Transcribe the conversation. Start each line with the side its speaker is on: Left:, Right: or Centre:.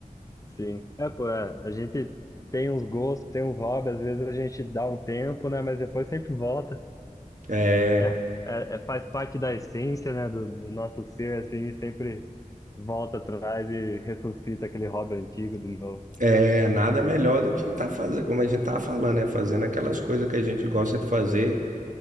Left: sim. É, pô, é, a gente tem uns gostos, tem uns hobbies, às vezes a gente dá um tempo, né? Mas depois sempre volta.
Right: É,
Left: É, é, é- faz parte da essência, né, do, do nosso ser, assim, sempre volta atrás e ressuscita aquele hobby antigo de novo.
Right: É, nada melhor do que tá fazendo, como a gente tava falando, né? Fazendo aquelas coisas que a gente gosta de fazer,